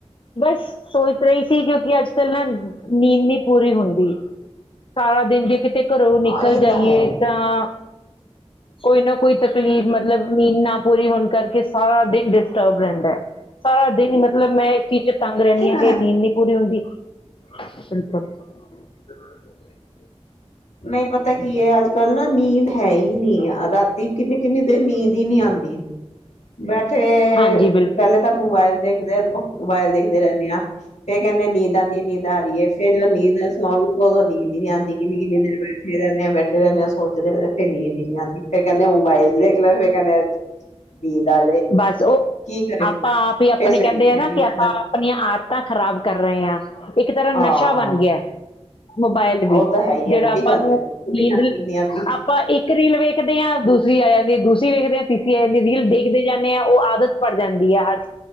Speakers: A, on the left; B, on the left.
A: ਸੋਚ ਰਹੀ ਸੀ ਕਿਉਂਕਿ ਅੱਜ ਕੱਲ ਨਾ ਨੀਂਦ ਨਹੀਂ ਪੂਰੀ ਹੁੰਦੀ ਸਾਰਾ ਦਿਨ ਜੇ ਕਿਤੇ ਘਰੋਂ ਨਿਕਲ
B: ਹਾਂ ਇਹ
A: ਜਾਈਏ
B: ਤਾਂ ਹੈ
A: ਤਾਂ ਕੋਈ ਨਾ ਕੋਈ ਤਕਲੀਫ਼ ਮਤਲਬ ਨੀਂਦ ਨਾ ਪੂਰੀ ਹੋਣ ਕਰਕੇ ਸਾਰਾ ਦਿਨ ਡਿਸਟਰਬ ਸਾਰਾ ਦਿਨ ਮਤਲਬ ਮੈਂ ਇਕ ਚਿ ਚ ਤੰਗ ਰਹਿੰਦੀ
B: ਇਹ
A: ਆ
B: ਤਾਂ
A: ਕਿ
B: ਹੈ
A: ਨੀਂਦ ਨੀ ਪੂਰੀ ਹੁੰਦੀ। <unintelligible>
B: ਨਹੀਂ ਪਤਾ ਕੀ ਏ, ਅੱਜ ਕੱਲ੍ਹ ਨਾ ਨੀਂਦ ਹੈ ਈ ਨੀ ਆ, ਰਾਤੀ ਕਿੰਨੀ, ਕਿੰਨੀ ਦੇ ਨੀਂਦ ਈ ਨਈ ਆਂਦੀ। ਬੈਠੇ
A: ਹਾਂਜੀ ਬਿਲਕੁਲ
B: ਪਹਿਲੇ ਤਾਂ ਮੋਬਾਇਲ ਦੇਖਦੇ ਰੋ। ਮੋਬਾ ਬਾਈਲ ਦੇਖਦੇ ਰਹਿੰਦੇ ਆਂ। ਫੇ ਕੇਂਦੇ ਨੇ ਨੀਂਦ ਆਂਦੀ ਏ, ਨੀਂਦ ਆਰੀਏ, ਫੇਰ <unintelligible> ਨੀਂਦ ਸਉਣ ਉਦੋਂ ਨੀਂਦ ਈ ਨਈ ਆਂਦੀ। ਕਿੰਨੀ ਕਿਨੀ ਦੇਰ ਬੈਠੇ ਰਹਿਨੇ ਆਂ, ਬੈਠੇ ਰਹਿਨੇ ਆਂ, ਸੋਚਦੇ ਫੇਰ ਨੀਂਦ ਦੁਨੀਆਂ ਦੀ, ਫੇਰ ਕਹਿੰਦੇ ਮੋਬਾਈਲ ਵੇਖ ਲੇ ਫੇਰ ਕਹਿੰਦੇ ਨੀਂਦ ਆ ਜਾਏ
A: ਬਸ ਉਹ
B: ਕੀ ਕਰੇ
A: ਆਪਾਂ
B: ਬੰਦਾ,
A: ਆਪ ਹੀ ਆਪਣੇ
B: ਫੇਰ ਸਵੇਰੇ
A: ਕਹਿੰਦੇ
B: ਉੱਠਿਆ
A: ਆ ਨਾ
B: ਨੀ
A: ਕਿ
B: ਜਾਂਦਾ
A: ਆਪਾਂ ਆਪਣੀਆਂ ਆਪ ਤਾਂ ਖਰਾਬ ਕਰ ਰਹੇ ਆਂ। ਇੱਕ ਤਰ੍ਹਾਂ ਨਸ਼ਾ
B: ਹਾਂ
A: ਬਣ ਗਿਆ। ਮੋਬਾਇਲ ਵੀ,
B: ਉਹ ਤਾਂ ਹੈ ਹੀ ਹੈ
A: ਜਿਹੜਾ ਆਪਾਂ
B: ਸਹੀ ਗੱਲ
A: ਨੂੰ
B: ਹੈ ਬਿਨਾਂ
A: ਨੀਂਦ
B: ਨੀ ਆਂਦੀ
A: ਆਪਾਂ ਇੱਕ ਰੀਲ ਵੇਖਦੇ ਹਾਂ ਦੂਸ <unintelligible> <unintelligible> ਦੇਖ ਜਾਂਨੇ ਆਂ ਉਹ ਆਦਤ ਬਨ ਜਾਂਦੀ ਆਂ ਹਰ